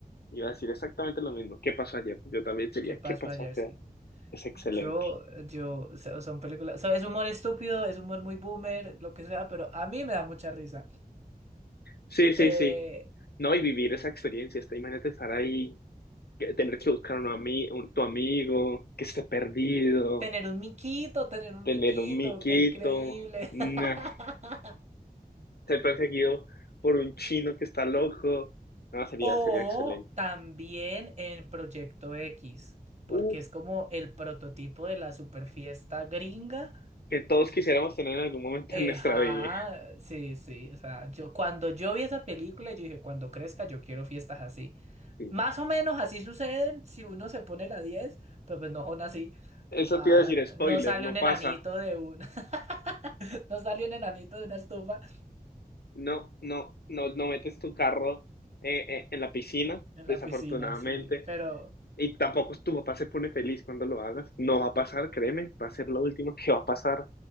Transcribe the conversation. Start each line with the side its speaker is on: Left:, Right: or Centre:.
Left: Iba a decir exactamente lo mismo. ¿Qué pasó ayer? Yo también diría,
Right: ¿Qué pasó
Left: ¿qué pasó
Right: ayer? sí
Left: ayer? Es excelente.
Right: Yo, yo, o sea, son películas, o sea, es humor estúpido, es humor muy boomer, lo que sea, pero a mí me da mucha risa.
Left: Sí, sí,
Right: Eh,
Left: sí. No, y vivir esa experiencia, esta, imagínate estar ahí, que- tener que buscar un, ami- un- tu amigo que esté perdido,
Right: tener un miquito, tener un
Left: tener
Right: miquito,
Left: un miquito.
Right: qué increíble.
Left: No.
Right: <laughs>
Left: ser perseguido por un chino que está loco. No, sería,
Right: O
Left: sería excelente.
Right: también en Proyecto X, porque
Left: Uf,
Right: es como el prototipo de la super fiesta gringa.
Left: que todos quisiéramos tener en algún momento
Right: Eh,
Left: en nuestra
Right: Ajá,
Left: vida.
Right: sí, sí, o sea, yo cuando yo vi esa película, yo dije, cuando crezca yo quiero fiestas así.
Left: Sí.
Right: Más o menos así suceden si uno se pone la 10, pero pues no son así.
Left: Eso
Right: Ah,
Left: te iba a decir, spoiler,
Right: no sale
Left: no
Right: un
Left: pasa.
Right: enanito de un... <laughs> no sale un enanito de una estufa
Left: No, no, no, no metes tu carro eh, eh, en la piscina,
Right: en
Left: desafortunadamente.
Right: la piscina, sí, pero...
Left: Y tampoco tu papá se pone feliz cuando lo hagas. No va a pasar, créeme, va a ser lo último que va a pasar